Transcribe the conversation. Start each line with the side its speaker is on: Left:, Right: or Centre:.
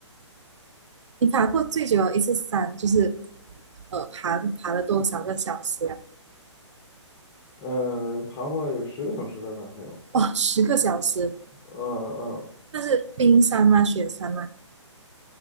Right: 你爬过最久的一次山就是呃爬爬了多少个小时啊？
Left: 呃，爬过有十个小时的呢，还有，
Right: 哇，十个小时，
Left: 嗯嗯
Right: 那是冰山吗？雪山吗？